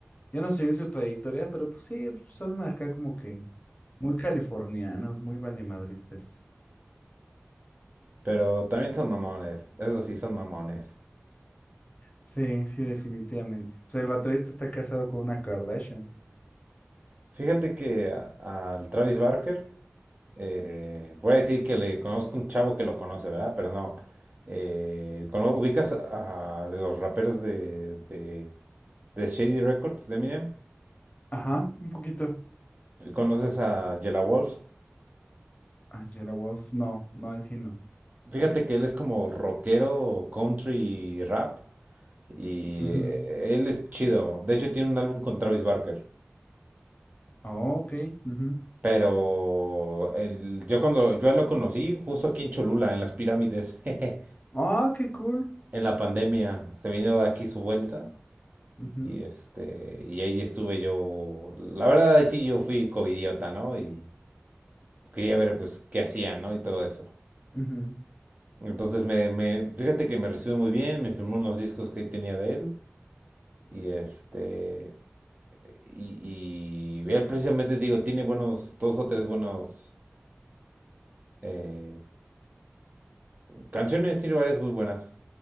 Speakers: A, on the left (about 40°); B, on the right (about 40°).
A: yo no sé su trayectoria, pero pues sí, son acá como que muy californianos, muy valemadristas.
B: pero también son mamones, eso sí, son mamones.
A: Sí, sí, definitivamente. Pues el baterista está casado con una Kardashian.
B: Fíjate que a- al Travis Barker, eh, voy a decir que le conozco un chavo que lo conoce, ¿verdad? Pero no. eh, cono- ¿ubicas a, a de los raperos de, de, de Shady Records, de Eminem?
A: Ajá, un poquito.
B: ¿Conoces a Jella Wolf?
A: Angela Wolf, no, no el sino.
B: Fíjate que él es como rockero, country, rap. Y
A: Ujú.
B: eh, él es chido. De hecho, tiene un álbum con Travis Barker.
A: Oh, ok. ujú.
B: Pero el- yo cuando yo lo conocí, justo aquí en Cholula, en las pirámides, <laughs> jeje,
A: Ah, qué cool.
B: en la pandemia, se vino de aquí su vuelta.
A: Ujú,
B: Y este, y ahí estuve yo. La verdad, ahí sí yo fui covidiota, ¿no? Y quería ver pues qué hacían, ¿no? Y todo eso.
A: ujú.
B: Entonces me, me, fíjate que me recibió muy bien, me firmó unos discos que tenía de él. Y este, y, y él precisamente, te digo, tiene buenos, dos o tres buenos eh, canciones, tiene varias muy buenas.